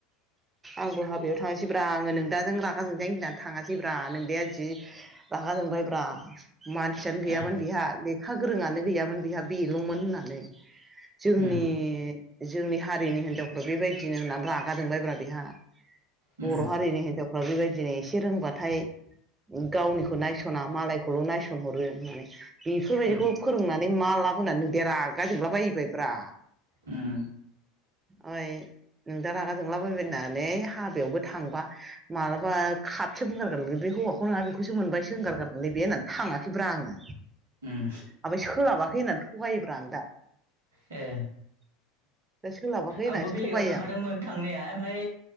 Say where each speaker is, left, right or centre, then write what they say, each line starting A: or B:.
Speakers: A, on the right (about 20°); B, on the right (about 70°).
A: आंबो हाबायाव थांङासैब्रा आङो नों दाजों रागााजोंजों आं गिनानै थाङासैब्रा नोंदाया जि रागा जोंबाय ब्रा मानसियानो गैयामोन
B: ए
A: बिहा लेखा गोरोङानो गैयामोन बिहा बेल'मोन होनना जोंनि
B: उम
A: जोंनि हारिनि हिनजावफ्रा बेबायदिनो होननानै रागा जोंबायब्रा बेहा
B: उम
A: बर' हारिनि हिनजाव बेबायदिनो एसे रोंबाथाय गावनिखौ नायस'ना मालायखौल' नायसनहरो होननानै। बेफोरबायदिखौ
B: उम
A: फोरोंनानै मा लाब होनानै नों दे रागाजोंला बायोबायब्रा
B: उम।
A: ओय नों दा रागा जोंलाबायबायनानै हाबायावबो थांबा मालाबा खपसो बुंगारगोन हौवा खौ नौहा बेखौसो मोनबायसोंगारगारगोन न बे होननानै थाङाखैब्रा आङो।
B: उम
A: ओमफ्राय सोलाबाखै होननानै थगायोब्रा आं दा
B: ए।
A: <unintelligible> होननानैसो
B: आंबो बेलेगाव
A: थगायो
B: थांखादोंमोन थांनाया ओमफ्राय